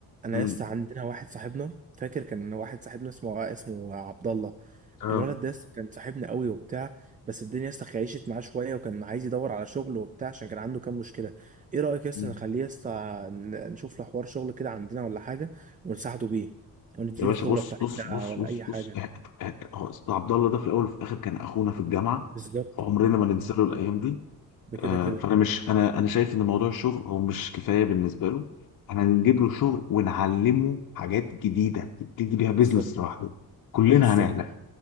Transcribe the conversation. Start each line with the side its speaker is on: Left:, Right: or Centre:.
Right: انا
Left: مم.
Right: يا اسطى عندنا واحد صاحبنا فاكر كان واحد صاحبنا اسمه اسمه عبد الله
Left: اه
Right: الولد ده يا اسطى كان صاحبنا قوي وبتاع بس الدنيا يا اسطى خيشت معاه شويه وكان عايز يدور على شغل وبتاع عشان كان عنده كام مشكله ايه رايك يا اسطى
Left: مم.
Right: نخليه يا اسطى ن- نشوف له حوار شغل كده عندنا ولا حاجه ونساعده بيه ونديله
Left: يا باشا
Right: الخبره
Left: بص
Right: بتاعتنا
Left: بص بص
Right: ولا
Left: بص
Right: اي حاجه
Left: بص إح- إح- هو عبد الله ده في الاول وفي الاخر كان اخونا في الجامعة
Right: بالظبط
Left: عمرنا ما ننسى له الايام دي
Right: بكده
Left: آه،
Right: كده
Left: فانا مش انا انا شايف ان موضوع الشغل هو مش كفايه بالنسبه له احنا هنجيب له شغل ونعلمه حاجات جديده يبتدي بيها بيزنس
Right: بالظبط
Left: لوحده كلنا
Right: بالظبط
Left: هنعلم